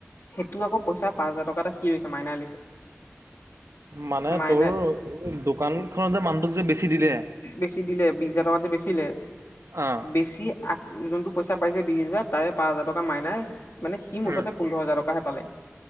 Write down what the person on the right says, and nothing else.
মানে
তোৰ দোকান খন যে মানুহটোক যে বেছি দিলে
আহ
উম